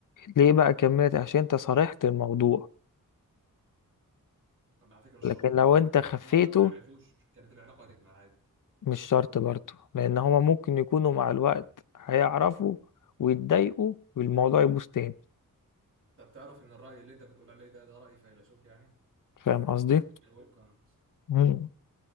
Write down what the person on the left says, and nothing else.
ليه بقى كملت عشان انت صرحت الموضوع
لكن
لو انت خفيته
مش شرط برضه لان هما ممكن يكونوا مع الوقت هيعرفوا ويتضايقوا والموضوع يبوظ تاني
فاهم قصدي
مم.